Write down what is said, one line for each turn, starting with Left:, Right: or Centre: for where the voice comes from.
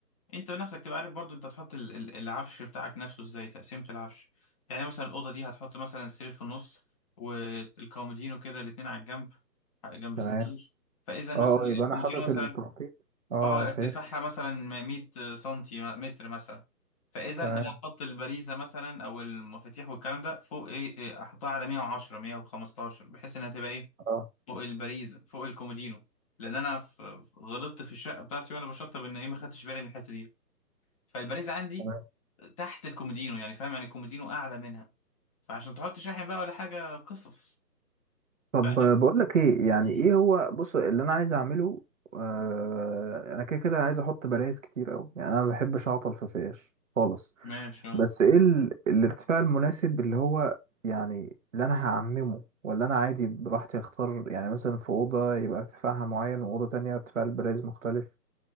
Left: انت بنفسك تبقى عارف برضو انت هتحط ال- ال- العفش بتاعك نفسه ازاي تقسيمة العفش يعني مثلا الأوضة دي هتحط مثلا السرير في النص والكومودينو كده الاتنين على الجنب جنب
Right: تمام
Left: السرير فإذا مثلا
Right: اه
Left: الكومودينو
Right: اه يبقى انا حاطط
Left: مثلا
Right: التخطيط اه
Left: اه ارتفاعها
Right: فهمت
Left: مثلا 100 سنتي متر مثلا فإذا
Right: تمام
Left: أنا هحط البريزة مثلا أو المفاتيح والكلام ده فوق إيه إيه، أحطها على 110 115 بحيث إنها تبقى إيه
Right: اه
Left: فوق الباريزا فوق الكومودينو لان انا ف- ف- غلطت في الشقه بتاعتي وانا بشطب ان ايه ما خدتش بالي من الحته دي فالباريزا عندي
Right: تمام
Left: تحت الكومودينو يعني فاهم يعني الكومودينو اعلى منها فعشان تحط شاحن بقى ولا حاجه قصص
Right: طب
Left: فاهم
Right: آه، بقول لك ايه يعني
Left: مم.
Right: ايه هو بص اللي انا عايز اعمله آه انا كده كده عايز احط بلايز كتير قوي يعني انا ما بحبش اعطل في فيش خالص
Left: ماشي اه
Right: بس ايه ال... الارتفاع المناسب اللي هو يعني اللي انا هعممه ولا انا عادي براحتي اختار يعني مثلا في اوضه يبقى ارتفاعها معين واوضه تانية ارتفاع البرايز مختلف